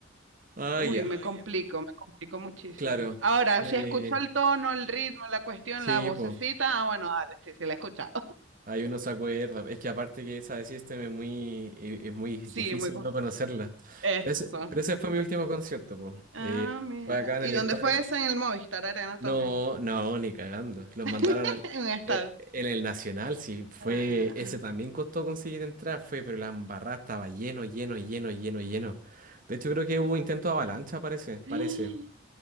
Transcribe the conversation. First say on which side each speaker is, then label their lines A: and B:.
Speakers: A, on the right; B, on the right.
A: Ah,
B: Uy,
A: ya,
B: me Ah, ya. complico, me complico muchísimo.
A: claro.
B: Ahora,
A: Eh,
B: si escucho el tono, el ritmo, la cuestión,
A: sí,
B: la Sí. vocecita,
A: pues,
B: ah, bueno, dale, sí, sí, la he escuchado.
A: ahí uno se acuerda. Es que aparte que esa de System es muy, es muy difícil
B: Sí, muy cool.
A: no conocerla.
B: Eso.
A: Pero ese, pero ese fue mi último concierto, pues.
B: Ah, mira.
A: fue acá en
B: ¿Y
A: el
B: dónde
A: estadio
B: fue eso? En el Movistar Arena
A: No,
B: también.
A: no, ni cagando. Los
B: <laughs>
A: mandaron al,
B: En un estadio.
A: eh, en el Nacional, sí, fue,
B: Ah,
A: ese también costó conseguir entrar, fue, pero la embarrada estaba lleno, lleno, lleno, lleno, lleno. De hecho, creo que hubo intento de avalancha, parece,
B: <gasps>
A: parece.